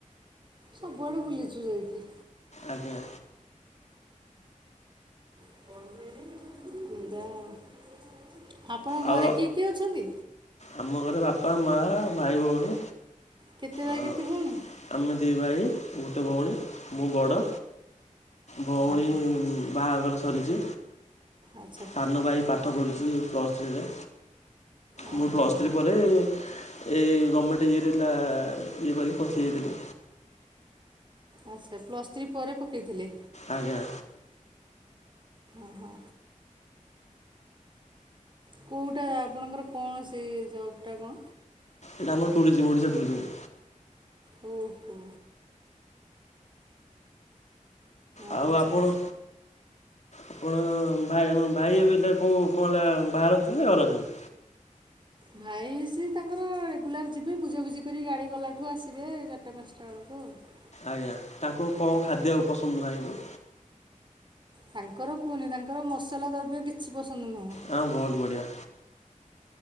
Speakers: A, on the right; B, on the left.
A: ସବୁଆଡେ ବୁଲିଛୁ ଯାଇକି।
B: ଆଜ୍ଞା।
A: <unintelligible> ଆପଣ
B: ଆଉ
A: ଘରେ କିଏ କିଏ ଅଛନ୍ତି?
B: ଆମ ଘରେ ବାପା ମା ଭାଇ ଭଉଣୀ
A: କେତେ ଭାଇ
B: ଆ
A: କେତେ ଭଉଣୀ
B: ଆମେ ଦି ଭାଇ ଗୋଟେ ଭଉଣୀ ମୁଁ ବଡ଼। ଭଉଣୀ
A: ଓହୋ
B: ବାହାଘର ସରିଛି।
A: ଆଚ୍ଛା।
B: ସାନ ଭାଇ ପାଠ ପଢୁଛି ପ୍ଲସ୍ ଥ୍ରୀରେ।
A: ଓହୋ
B: ମୁଁ ପ୍ଲସ୍ ଥ୍ରୀ ପରେ ଏଇ ଗମେଣ୍ଟ ଇଏରେ ଲା ଇଏ କରିକି ପସିଯାଇଥିଲି।
A: ଆଚ୍ଛା ପ୍ଲସ୍ ଥ୍ରୀ ପରେ ପକେଇଥିଲେ?
B: ଆଜ୍ଞା।
A: ଓହୋ। କେଉଟା ଆପଣଙ୍କର କଣ ସେ ଜବ୍ ଟା କଣ?
B: ଏଇଟା ଆମର ଟୁରିଜିମ ଓଡିଶା ଟୁରିଜିମ୍।
A: ହୁଁ ହୁଁ।
B: ଆଉ
A: ଆଚ୍ଛା
B: ଆପଣ
A: ଆଚ୍ଛା
B: ଆପଣ ଭା ଭାଇ ହେବେ ତାକୁ କଣ ତାକୁ ବାହାରେ ରଖିଛନ୍ତି ନା ଘରେ ରଖିଛନ୍ତି?
A: ଭାଇ ସିଏ ତାଙ୍କର ରେଗୁଲାର ଯିବେ ବୁଝାବୁଝି କରି ଗାଡ଼ି ଗଲାଠୁ ଆସିବେ ଚାରିଟା ପାଞ୍ଚଟା ବେଳକୁ ଆଉ।
B: ଆଜ୍ଞା ତାଙ୍କୁ କଣ ଖାଦ୍ୟ ପସନ୍ଦ ଭାଇଙ୍କୁ?
A: ତାଙ୍କର କୁହନି ତାଙ୍କର ମସଲା ଦ୍ରବ୍ୟ କିଛି ପସନ୍ଦ ନୁହଁ।
B: ହଁ ବହୁତ ବଢ଼ିଆ।